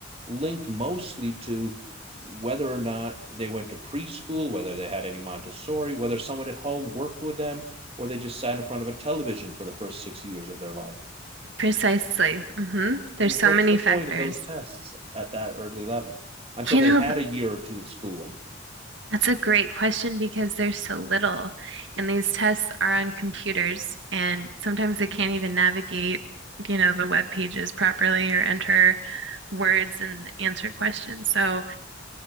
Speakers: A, on the right; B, on the right.
A: linked mostly to whether or not they went to preschool, whether they had any Montessori, whether someone at home worked with them, or they just sat in front of a television for the first six years of their life.
B: Precisely. Mm-hmm.
A: I
B: There's
A: mean,
B: so
A: what's
B: many
A: the point
B: factors.
A: of those tests at that early level until
B: You
A: they
B: know,
A: had a year or two of schooling?
B: That's a great question because there's so little, and these tests are on computers, and sometimes they can't even navigate, you know, the web pages properly or enter words and answer questions. So